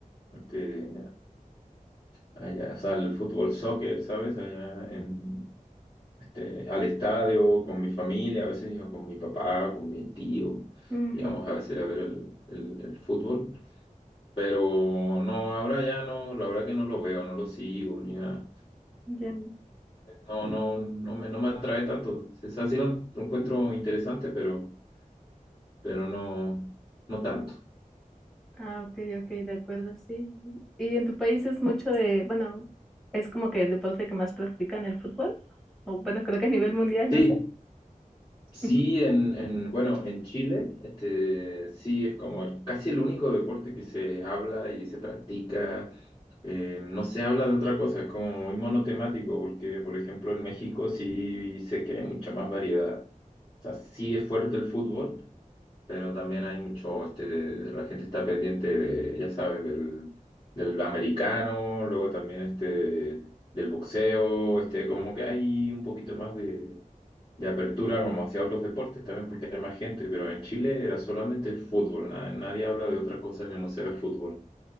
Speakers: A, on the left; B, in the centre.
A: que allá, o sea, el fútbol soccer, ¿sabes? Allá en, este, al estadio con mi familia, a veces iba con mi papá, con mi tío,
B: Ujú,
A: íbamos a veces a ver el, el, el fútbol. Pero no, ahora ya no, la verdad que no lo veo, no lo sigo, ni nada.
B: ya.
A: No, no, no me, no me atrae tanto. O sea, sí lo lo encuentro interesante, pero... pero no, no tanto.
B: Ah, ok, ok, de acuerdo, sí. ¿Y en tu país es mucho de, bueno, es como que el deporte que más practican el fútbol? O bueno, creo que a nivel mundial,
A: Sí,
B: no sé.
A: sí,
B: Ujú.
A: en, en, bueno, en Chile, este, sí es como el- casi el único deporte que se habla y se practica. Eh, no se habla de otra cosa, es como muy monotemático, porque por ejemplo en México sí sé que hay mucha más variedad. O sea, sí es fuerte el fútbol, pero también hay mucho, este, la gente está pendiente de, ya sabes, del, del americano, luego también este, del boxeo, este, como que hay un poquito más de, de apertura como hacia otros deportes también porque hay más gente, pero en Chile era solamente el fútbol, na- nadie habla de otra cosa que no sea el fútbol.